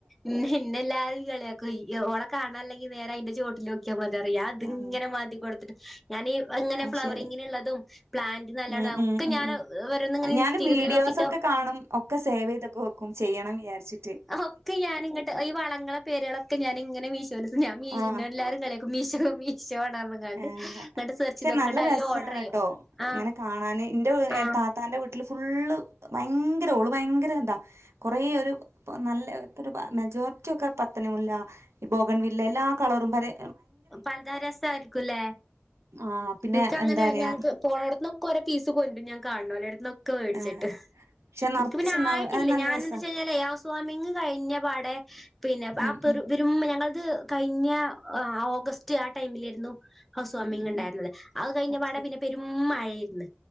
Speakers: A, in the centre; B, on the right (about 85°).
A: ഇന്ന് ഹിന്നെല്ലാരും കളിയാക്കും ഈ ഓളെ കാണാല്ലെങ്കിൽ ന്നേരെ അയ്ന്റെ ചോട്ടിലോക് ക്കിയ മതി അറി ഞാൻ ഇതിങ്ങനെ
B: ആഹ്
A: മാന്തി കൊട്ത്തിട്ട് ഞാനി ഇങ്ങനെ
B: അത്
A: ഫ്ലവറിങ്ങിന്
B: ശരി
A: ഇള്ളതും പ്ലാന്റ് നല്ലതും
B: ഉം
A: ഒക്കെ
B: ഉം ഉം
A: ഞാന്
B: ഉം
A: ഓരോന്ന് ഇങ്ങനെ
B: ഞാനും
A: ഇൻസ്‌റ്റീലും
B: വീഡിയോസൊക്കെ
A: ഇതിലും നോക്കിട്ട്
B: കാണും ഒക്കെ സേവെയ്ത് ഒക്കെ വെക്കും ചെയ്യണം വിചാരിച്ച്.
A: ഹൊക്കെ ഞാന് ഇങ്ങട്ട് ഈ വളങ്ങളും പേരുകളൊക്കെ ഞാന് ഇങ്ങനെ മീശോല്
B: ആഹ്
A: ഇന്നെ എല്ലാരും കളിയാക്ക്‌ മീഷോമി. ഷോടെ തോറനിങ്ങാണ്ട്
B: ഏഹ്
A: ഇങ്ങട്ട് സെർച്ച്
B: പക്ഷെ
A: ചെയ്ത് നോക്കൂ
B: നല്ല
A: ഇങ്ങട്ട് അയ്ല്
B: രസാണ്
A: ഓർഡറെയ്യും
B: ട്ടോ
A: ആഹ്
B: ഇങ്ങനെ കാണാന് ഇന്റെ എ
A: ആഹ്
B: താത്താന്റെ വീട്ടില് ഫുള്ള് ഭയങ്കര ഓള് ഭയങ്കര ഇതാ. കൊറേ ഒരു നല്ലൊരു മെജോറിറ്റിയൊക്കെ പത്തണിമുല്ല. ഈ ബോഗെൺവില്ലെ എല്ലാ കളറും പരെ
A: പഞ്ചാരസം ആയിരിക്കുംലെ
B: ആഹ് പിന്നെ
A: ഇൻക്ക് അങ്ങനെ
B: എന്താ പറയാ
A: ഞങ്ങക്ക് പോണോട്ത് ഒക്കെ ഒരേ പീസ് കൊണ്ടരും ഞാൻ കാണ്ന്നൊലോട്ത്ന്നൊക്കെ വേട്ച്ചിട്ട്.
B: ഏഹ് പക്ഷെ നറച്ച്ണ്ടാവും
A: ഇൻക്ക് പിന്നെ ആയിട്ടില്ല
B: അത് നല്ല
A: ഞാനെന്താച്ചാ
B: രസാ
A: കഴിഞ്ഞാലെയ് ഹൗ സ്വാമിങ്ങ് കഴിഞ്ഞ പാടേ പിന്നെ ആ
B: ഉം
A: പെറു
B: ഉം
A: പെരും ഞങ്ങളത് കഴിഞ്ഞ ആഹ് ഓഗസ്റ്റ് ആ ടൈമിലായിരുന്നു. ഹൗസ് വമ്മിങ്
B: ഉം ഉം
A: ഇണ്ടായിരുന്നത്
B: ഉം
A: അഹ് കഴിഞ്ഞ
B: അത്
A: പാടെ
B: ശരി
A: പിന്നെ പെരും മഴേര്ന്ന്